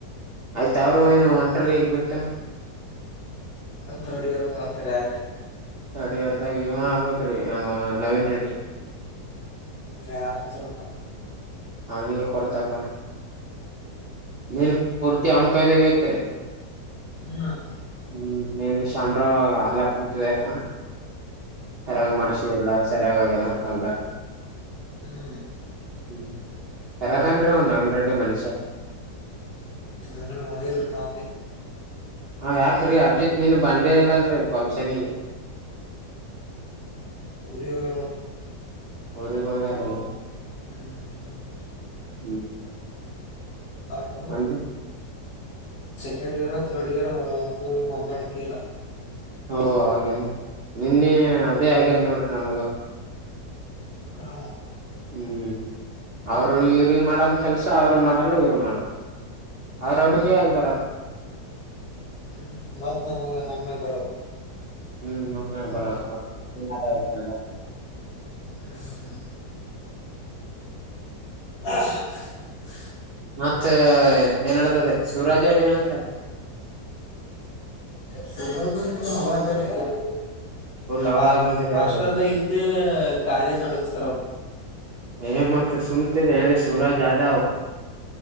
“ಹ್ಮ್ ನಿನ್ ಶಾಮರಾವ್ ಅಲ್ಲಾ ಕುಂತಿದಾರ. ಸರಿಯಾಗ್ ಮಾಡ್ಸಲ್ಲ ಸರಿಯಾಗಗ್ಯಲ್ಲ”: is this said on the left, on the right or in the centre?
Right